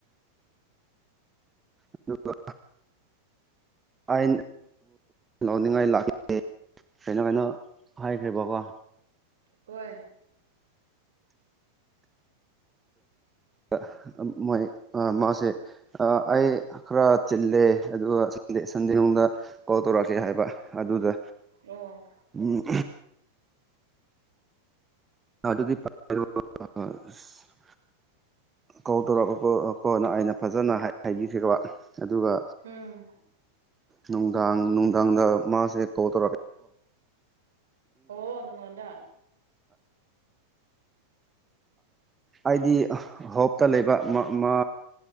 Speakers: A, on the right; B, on the right.
A: ꯑꯗꯨꯒ ꯑꯥꯏꯟ ꯂꯧꯅꯤꯡꯉꯥꯏ ꯂꯥꯛꯀꯦ ꯀꯩꯅꯣ ꯀꯩꯅꯣ ꯍꯥꯏꯈ꯭ꯔ‌ꯦꯕꯀꯣ
B: ꯍꯣꯏ
A: ꯑꯥ ꯃꯣꯏ ꯑꯥ ꯃꯥꯁꯦ ꯑꯥ ꯑꯩ ꯈꯔ ꯆꯤꯜꯂꯦ ꯑꯗꯨꯒ ꯁꯟꯗꯦ ꯁꯟꯗꯦ ꯒꯨꯝꯗ ꯀꯣꯜ ꯇꯧꯔꯛꯀꯦ ꯍꯥꯏꯕ ꯑꯗꯨꯗ
B: ꯑꯣ
A: ꯎꯝ ꯑꯗꯨꯗꯤ <unintelligible> ꯀꯧ ꯇꯧꯔꯛ <unintelligible> ꯀꯣꯅ ꯑꯩꯅ ꯐꯖꯅ ꯍꯥꯏꯕꯤꯈꯤꯕ
B: ꯎꯝ
A: ꯑꯗꯨꯒ
B: ꯎꯝ
A: ꯅꯨꯡꯗꯥꯡ ꯅꯨꯡꯗꯥꯡꯗ ꯃꯥꯁꯦ ꯀꯑꯣꯂ ꯇꯧꯔꯛꯦ
B: ꯑꯣ ꯅꯉꯣꯣꯟꯗ
A: ꯑꯩꯗꯤ ꯍꯣꯞꯇ ꯂꯩꯕ ꯃꯥ